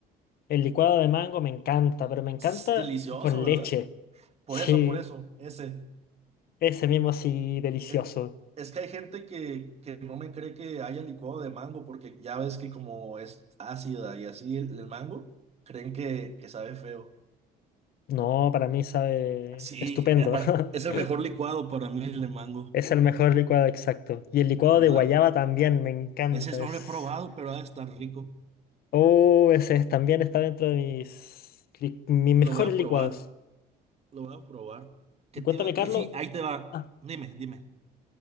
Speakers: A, on the left; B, on the right.
A: el licuado de mango me encanta, pero me encanta
B: Es delicioso,
A: con
B: ¿verdad?
A: leche. <laughs>
B: Por
A: Sí,
B: eso, por eso, ese.
A: ese mismo sí, delicioso.
B: e- Es que hay gente que, que no me cree que haya licuado de mango porque ya ves que como es ácida y así el, el mango, creen que, que sabe feo.
A: No, para mí sabe
B: Sí,
A: estupendo.
B: eh, para-
A: <laughs>
B: es el mejor licuado para mí el de mango,
A: Es el mejor licuado exacto. Y el licuado
B: ¿verdad?
A: de guayaba también me encanta.
B: Ese no
A: Es...
B: lo he probado, pero ha de estar rico.
A: Oh, ese es- también está dentro de mis, li- mis mejores
B: Lo voy a
A: licuados.
B: probar, lo voy a probar. ¿Qué
A: Y
B: te
A: cuéntame,
B: iba? a-
A: Carlos,
B: Y sí, ahí te va.
A: ah,
B: Dime, dime.